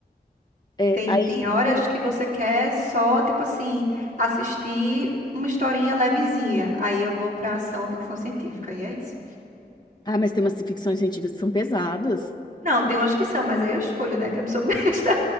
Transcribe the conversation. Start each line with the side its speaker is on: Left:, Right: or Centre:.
Left: é,
Right: Tem,
Left: aí
Right: tem horas
Left: eu-
Right: que você quer só, tipo assim, assistir uma historinha levezinha. Aí eu vou pra ação ou ficção científica, e é isso.
Left: Ah, mas tem umas ficções científicas que são pesadas.
Right: Não, tem umas que são, mas aí eu escolho, né? Que eu não sou <laughs> besta.